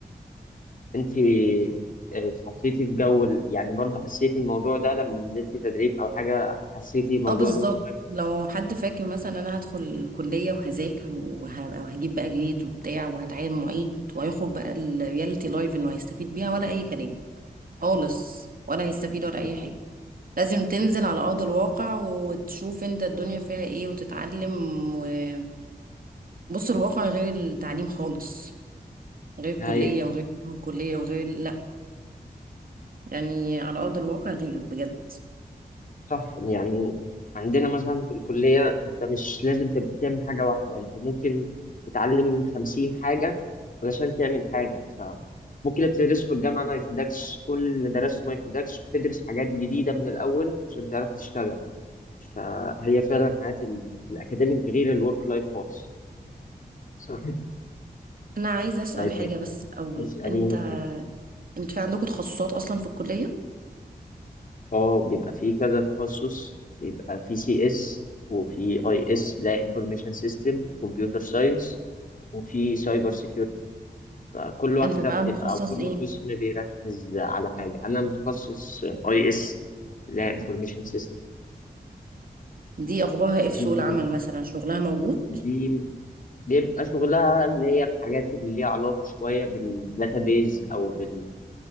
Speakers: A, on the left; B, on the right.
A: انت آه، اتحطيتي في جو ال- يعني برضه حسيتي الموضوع ده لما نزلتي تدريب او حاجه حسيتي موضوع
B: اه بالظبط
A: الورك لايف
B: لو حد فاكر مثلا انا هدخل الكليه وهذاكر وه- وهجيب بقى جريد وبتاع وهتعين معيد وهيخرج بقى الرياليتي لايف انه هيستفيد بيها ولا اي كلام خالص ولا هيستفيد ولا اي
A: بالظبط
B: حاجه لازم تنزل على ارض الواقع وتشوف انت الدنيا فيها ايه وتتعلم وبص الواقع غير التعليم خالص غير الكليه
A: هي
B: وغير كلام الكليه وغير لا يعني على ارض الواقع غير بجد
A: صح يعني عندنا مثلا في الكليه انت مش لازم تبقى بتعمل حاجه واحده انت ممكن تتعلم خمسين حاجه علشان تعمل حاجه فممكن اللي بتدرسه في الجامعه ما يفيدكش كل اللي درسته ما يفيدكش وتدرس حاجات جديده من الاول عشان تعرف تشتغل فهي فعلا حياه ال- الاكاديميك غير الورك لايف خالص صح
B: انا عايزه اسال
A: طيب
B: حاجه بس الاول
A: اسأليني
B: انت
A: حاجة
B: انت في عندكم تخصصات اصلا في الكليه
A: اه بيبقى فيه كذا تخصص بيبقى فيه سي اس وفي اي اس لا انفورميشن سيستم كمبيوتر ساينس وفي سايبر سيكيورتي فكل واحدة
B: انت بقى
A: بتبقى
B: متخصص
A: أو كل
B: ايه
A: قسم بيركز على حاجة أنا متخصص اي اس لا انفورميشن سيستم
B: دي اخبارها ايه في
A: انت
B: سوق العمل مثلا شغلها موجود
A: دي بيبقى شغلها اللي هي الحاجات اللي ليها علاقة شوية بالداتابيز أو بال...